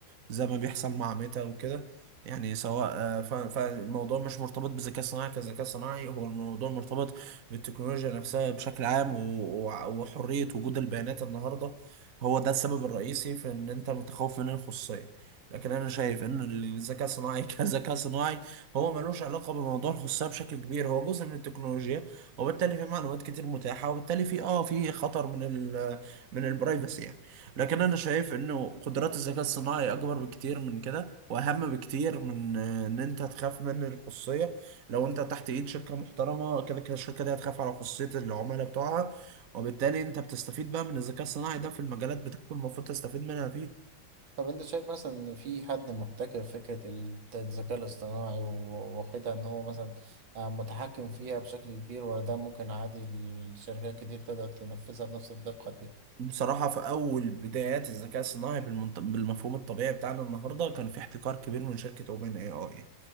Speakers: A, on the right; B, on the right.
A: زي ما بيحصل مع ميتا وكده يعني سواء آه، ف- فالموضوع مش مرتبط بذكاء صناعي كذكاء صناعي هو الموضوع مرتبط بالتكنولوجيا نفسها بشكل عام و- و- وحرية وجود البيانات النهاردة هو ده السبب الرئيسي في ان انت متخوف من الخصوصية لكن انا شايف ان الذكاء الصناعي <laughs> كذكاء صناعي هو ملوش علاقة بموضوع الخصوصية بشكل كبير هو جزء من التكنولوجيا وبالتالي في معلومات كتير متاحة وبالتالي في اه في خطر من ال من البرايفسي يعني لكن انا شايف انه قدرات الذكاء الصناعي اكبر بكتير من كده واهم بكتير من آه، ان انت تخاف من الخصوصيه لو انت تحت ايد شركه محترمه كده كده الشركه دي هتخاف على خصوصيه العملاء بتوعها وبالتالي انت بتستفيد بقى من الذكاء الصناعي ده في المجالات بتاعته المفروض تستفيد منها فيه
B: طب انت شايف مثلا ان في حد محتكر فكرة ال- الذكاء الاصطناعي و- واخدها ان هو مثلا آه، متحكم فيها بشكل كبير ولا ده ممكن عادي الشركات كتير تقدر تنفذها بنفس الدقة دي
A: بصراحه في اول بدايات الذكاء الصناعي بالمنط... بالمفهوم الطبيعي بتاعنا النهارده كان في احتكار كبير من شركه اوبن اي اي